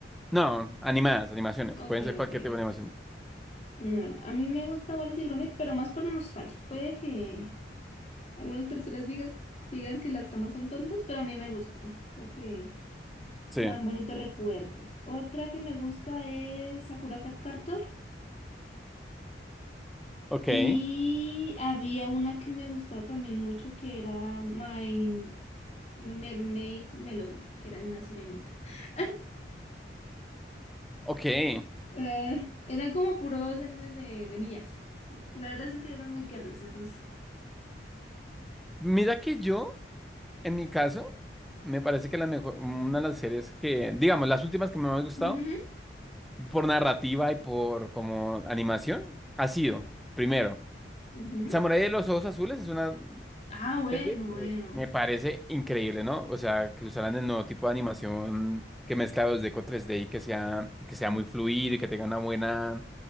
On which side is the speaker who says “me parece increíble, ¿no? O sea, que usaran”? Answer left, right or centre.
Centre